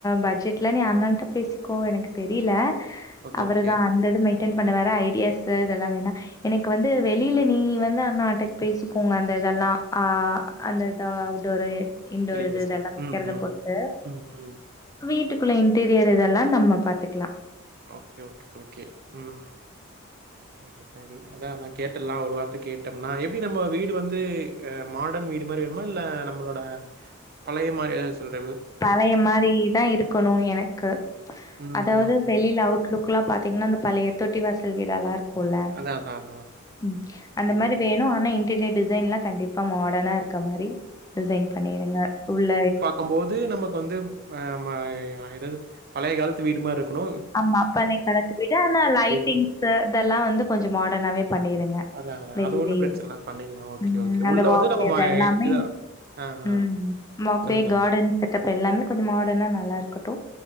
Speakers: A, on the left; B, on the right.
A: பட்ஜெட்லா நீ அண்ணன்ட்ட பேசிக்கோ எனக்கு தெரில
B: ஓகே
A: அவருதா
B: ஓகே
A: அந்தது மெயின்டன் பண்ணுவாரு ஐடியாஸ் இதெல்லா வேணா எனக்கு வந்து வெளில நீ வந்து அண்ணாட்ட பேசிக்கோங்க அந்த இதெல்லா ஆ அந்த இதா அவுட்டோரு இன்டோர்
B: டெலிவேஷன்
A: இது இதெல்லா வக்கிறத
B: ம் ம்
A: பொருத்து
B: ம் ம்
A: வீட்டுக்குள்ள இன்டீரியர் இதெல்லா நம்ம பாத்துக்கலா
B: ஓகே ஓகே ஓகே ம் சரி சரி அதா நா கேட்டல்ல ஒரு வார்த்த கேட்டோம்னா எப்டி நம்ம வீடு வந்து ஆ மாடன் வீட் ட்டு மாரி வேணுமா இல்ல நம்மளோட பழைய மாரி எதாது சொல்ற
A: பழைய மாரி தா இருக்கணு எனக்கு
B: ம்,
A: அதாவது
B: ம்,
A: வெளில
B: ம்.
A: அவுட் லுக்லா பாத்தீங்கன்னா அந்த பழைய தொட்டி வாசல் வீடல்லா இருக் குல்ல
B: அதான், அதான், அதான்.
A: ம் அந்த மாரி
B: ம்.
A: வேணு ஆனா இன் டிரியர் டிசைன்லா கண்டிப்பா மாடர்னா இருக்க மாரி டிசைன் பண்ணிருங்க உள்ள
B: க்கம் போது நமக்கு வந்து ஆ ம ஏ ஏதாவது பழைய காலத்து வீடு மாரி இருக்கணு
A: ஆமா பழய காலத்து வீடு ஆனா ஆமா பழைய காலத்து வீடு ஆனா லைட்டிங்ஸு
B: மாரி
A: இதெல்லா வந்து கொஞ்ச மாடர்னாவே பண்ணிருங்க
B: அதான், அதான்.
A: வெளிலேயும்
B: அது ஒண்ணும் பிரச்சனை இல்ல. பண்ணிடலாம். Okay,
A: ம்
B: okay.
A: அந்த
B: உள்ள
A: வாக்கு
B: வந்து நம்ம
A: அது
B: ம
A: எல்லாமே
B: இதா ஆ, ஆ.
A: ம் மாப்பே
B: சொல்லுங்க, சொல்லுங்க.
A: கார்டன் செட்டப் எல்லாமே கொஞ்ச மாடனா நல்லா இருக்கட்டு